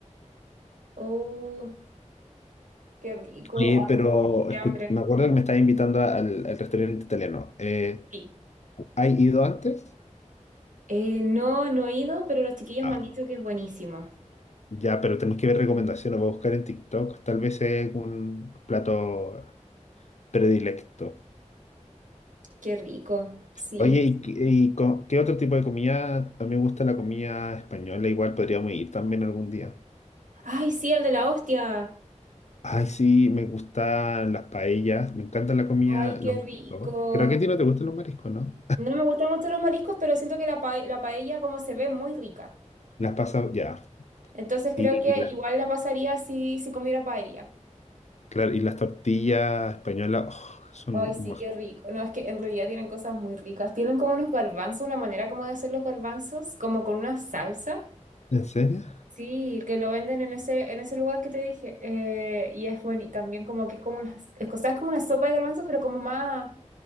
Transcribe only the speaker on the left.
Oye,
pero
escu-
me acuerdo que me estaba invitando a- al, al restaurante italiano. Eh,
¿hay ido antes?
No.
Ya, pero tenemos que ver recomendaciones. Voy a buscar en TikTok. Tal vez es un plato Predilecto.
Oye, ¿y, qué y co- qué otro tipo de comida? A mí me gusta la comida española, igual podríamos ir también algún día.
Ay, sí, me gustan las paellas, me encanta la comida,
los
mariscos.
Creo que a ti no te gustan los mariscos, ¿no?
Las pasas, ya.
Y,
y las,
claro, y las tortillas españolas, oh, son
un maj-
¿En serio?